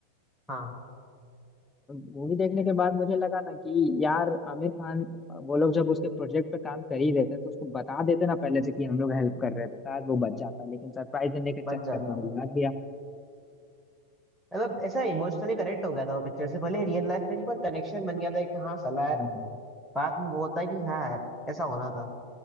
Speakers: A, in the centre; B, on the left.
A: हाँ
B: मूवी देखने के बाद मुझे लगा ना कि यार आमिर खान वो लोग जब उसके प्रोजेक्ट पे काम कर ही रहे थे तो उसको बता देते ना पहले से कि हम लोग हेल्प कर रहे हैं तो शायद वो बच जाता लेकिन सरप्राइज देने के चक्कर
A: बच जाता
B: में वो
A: हूँ
B: लगा गया
A: मतलब ऐसा इमोशनली कनेक्ट हो गया था वो पिक्चर से भले रियल लाइफ में नहीं पर कनेक्शन बन गया था कि हाँ साला यार
B: हाँ।
A: बाद में वो होता है कि हाँ यार ऐसा होना था